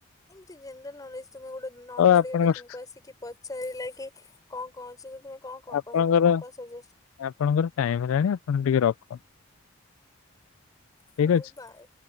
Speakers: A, on the left (about 15°); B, on the left (about 75°).
A: ଏମତି ଜେନେରାଲ ନଲେଜ ତୁମେ ଗୋଟେ ନନ
B: ଆଉ
A: ଓଡିଆଟେ
B: ଆପଣଙ୍କ
A: ତୁମକୁ ଆସିକି ପଚାରିଲା କି କଣ କଣ ଅଛି ତୁମେ କଣ କଣ
B: ଆପଣଙ୍କର
A: କହିବ କଣ କଣ ସଜେଷ୍ଟ
B: ଆପଣଙ୍କର ଟାଇମ୍ ହେଲାଣି ଆପଣ ଟିକେ ରଖନ୍ତୁ।
A: ହୋଉ
B: ଠିକ୍ ଅଛି।
A: ବାଏ।